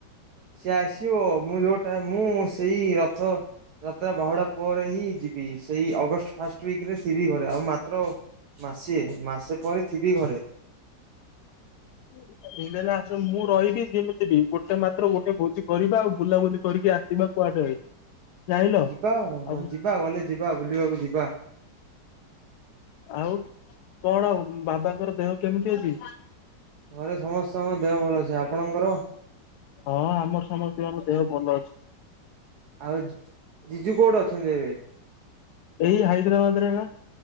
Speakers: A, on the right; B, on the left.
A: ସେଏ ଆସିବ ମୁଁ ଯୋଉ ଟା ମୁଁ ସେଇ ରଥ ଯତ୍ରା ବାହୁଡା ପରେ ହିଁ ଯିବି ସେଇ ଅଗଷ୍ଟ ଫାଷ୍ଟ ୱିକ ରେ ସିରି ଘରେ ଆଉ ମାତ୍ର ମାସେ ମାସେ ପରେ ଥିବି ଘରେ।
B: ଏଇ ନ ହେଲେ ଆସ ମୁଁ ରହିବି ଯେମିତି ବିି ଗୋଟେ ମାତ୍ର ଗୋଟେ ଭୋଜି କରିବା ଆଉ ବୁଲାବୁଲି କରିକି ଆସିବା କୁଆଡେ। ଜାଣିଲ
A: ଯିବା ହ
B: ଆଉ
A: ଯିବା ଗଲେ ଯିବା ବୁଲିବାକୁ ଯିବା।
B: ଆଉ କଣ ଆଉ ବାବାଙ୍କର ଦେହ କେମିତି ଅଛି?
A: ଘରେ ସମସ୍ତଙ୍କ ଦେହ ଭଲ ଅଛି, ଆପଣଙ୍କର?
B: ହଁ ଆମର ସମସ୍ତଙ୍କ ଦେହ ଭଲ ଅଛି
A: ଆଉ <unintelligible> ସଞ୍ଜବ
B: ଏଇ ହାଇଦ୍ରାବାଦରେ ବା